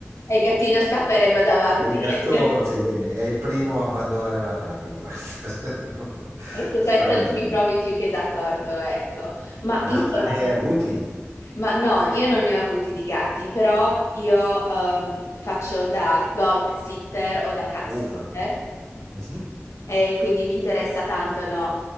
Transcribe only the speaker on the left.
E il gattino scapperebbe davanti.
<laughs>
E su
questo non mi provi più che d'accordo, ecco. Ma
insomma,
ma no, io non ne ho avuti di gatti, però
io ehm, faccio da dog sitter o da cat sitter
e quindi mi interessa tanto, no,